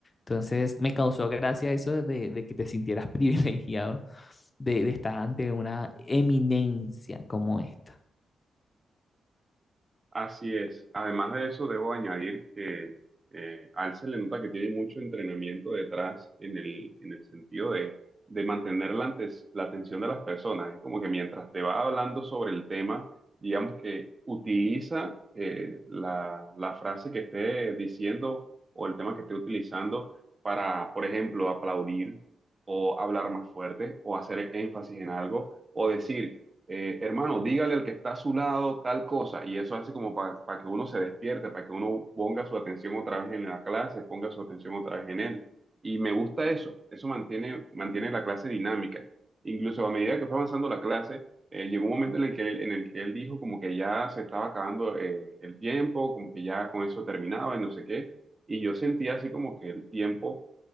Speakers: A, on the left; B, on the right.
A: Entonces, me causó gracia eso de de que te sintieras <laughs> privilegiado de, de estar ante una eminencia como esta.
B: Así es. Además de eso, debo añadir que eh, a él se le nota que tiene mucho entrenamiento detrás en el, en el sentido de, de mantener la, antes- la atención de las personas. Es como que mientras te va hablando sobre el tema, digamos que utiliza eh, la, la frase que esté diciendo o el tema que esté utilizando para, por ejemplo, aplaudir o hablar más fuerte o hacer énfasis en algo o decir eh, hermano, dígale al que está a su lado tal cosa, y eso hace como para que uno se despierte, para que uno ponga su atención otra vez en la clase, ponga su atención otra vez en él. Y me gusta eso, eso mantiene, mantiene la clase dinámica. Incluso a medida que fue avanzando la clase, eh, llegó un momento en el que él, en el que él dijo como que ya se estaba acabando eh, el tiempo, como que ya con eso terminaba y no sé qué, y yo sentía así como que el tiempo